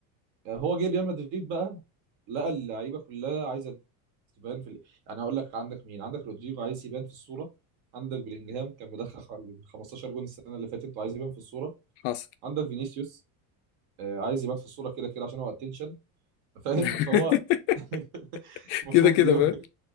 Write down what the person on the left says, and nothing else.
فحاصل
<laughs>
كده كده
فاهم